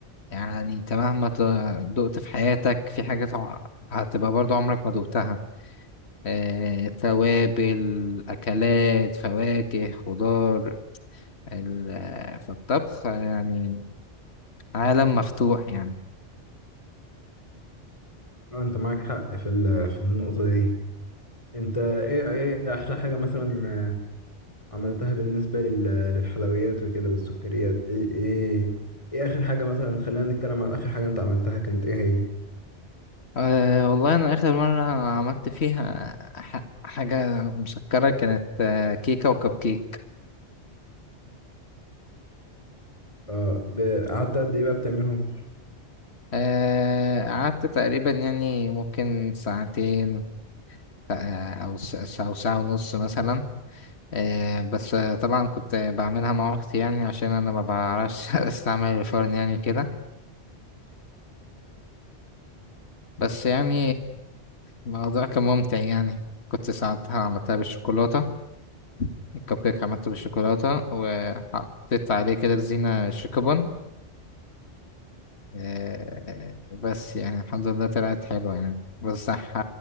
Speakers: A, on the left; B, on the left.
A: يعني أنت مهما ت- دقت في حياتك في حاجات ع- هتبقى برضو عمرك ما دقتها آه، توابل أكلات فواكه خضار ال- آه، فالطبخ آه، يعني عالم مفتوح يعني
B: آه، انت معاك حق في ال... في النقطة دي انت ايه ايه أحلى حاجة مثلا آه، عملتها بالنسبة لل... للحلويات وكده والسكريات ايه ايه ايه آخر حاجة مثلا خلينا نتكلم عن آخر حاجة انت عملتها كانت ايه هي؟
A: أه والله أنا آخر مرة عملت فيها ح- حاجة مسكرة كانت آه، كيكة وكب كيك
B: اه ب... قعدت قد ايه بقى بتعملهم؟
A: آه، قعدت تقريبا يعني ممكن ساعتين آه، أو س- س- أو ساعة ونص مثلا آه، بس آه، طبعا كنت بعملها مع أختي يعني عشان أنا ما بعرفش <laughs> أستعمل الفرن يعني كده بس يعني الموضوع كان ممتع يعني كنت ساعتها عملتها بالشوكولاتة الكب كيك عملته بالشوكولاتة وحطيت عليه كده زينة شيكابون آه، بس يعني الحمد لله طلعت حلوة يعني بس ح...